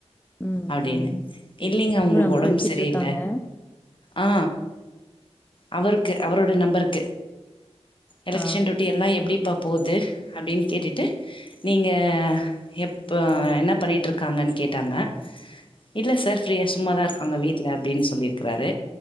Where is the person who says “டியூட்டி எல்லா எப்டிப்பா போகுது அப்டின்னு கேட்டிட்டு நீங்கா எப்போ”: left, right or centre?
Left